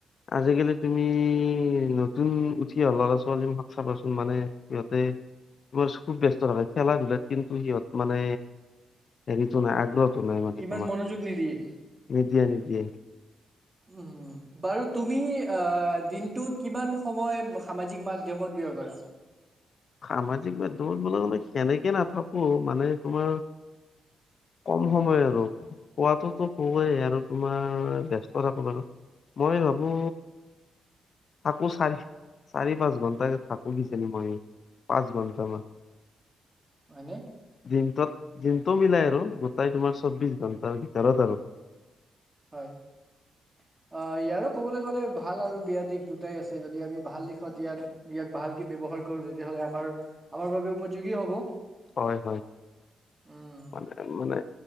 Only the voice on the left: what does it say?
আজিকালি তুমি নতুন উঠি অহা ল'ৰা ছোৱালীমখাক চাবাচোন মানে সিহঁতে ৰ খুব ব্যস্ত থাকে খেলা- ধূলাত কিন্তু সিহঁতৰ মানে হেৰিতো নাই আগ্ৰহটো নাই মানে
তোমাৰ
নিদিয়ে নিদিয়ে
সামাজিক মাধ্যমত বোলে মানে সেনেকে নাথাকো মানে তোমাৰ
কম সময় আৰু শুৱাতোতো শুয়েই আৰু তোমাৰ ব্যস্ত থাকো বাৰু মই ভাবো, থাকোঁ, চাৰি-চাৰি পাঁচ ঘন্টা থাকোঁ বিচনী মাৰি। পাঁচ ঘন্টামান।
দিনটোত, দিনটো মিলাই
আৰু‌ গো তাই তোমাৰ চৌবিশ ঘণ্টাৰ ভিতৰত আৰু।
হয়, হয়,
মানে, মানে।